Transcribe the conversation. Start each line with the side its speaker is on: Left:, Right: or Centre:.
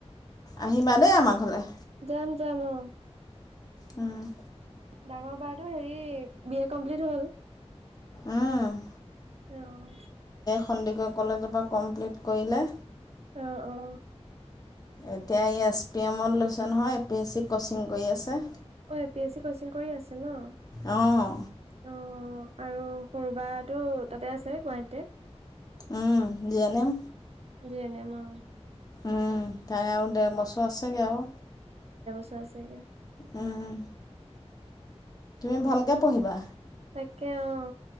Left: আহিবা দেই আমাৰ ঘৰলে
Right: যাম যাম অ
Left: উম
Right: ডাঙৰ বাৰ টো হেৰি বি এ কমপ্লিট হ'ল <unintelligible>
Left: উম <unintelligible>
Right: আহ।
Left: সন্দিকৈ কলেজৰ পৰা কমপ্লিট কৰিলে।
Right: অ অ।
Left: এতিয়া এই এছ পি এমত লৈছে নহয়, A P S C coaching কৰি আছে।
Right: অ এ পি এইচি কচিং কৰি আছে ন?
Left: অহ।
Right: অ আৰু সৰু বা টো তাতে আছে গুৱাহাটীতে
Left: উম যিয়েনেম
Right: যেনে মা
Left: উম তাই আৰু দেৰ বছৰ আছেগে আৰু
Right: হয় চাগে
Left: উম তুমি ভালকে পঢ়িবা
Right: তাকে অ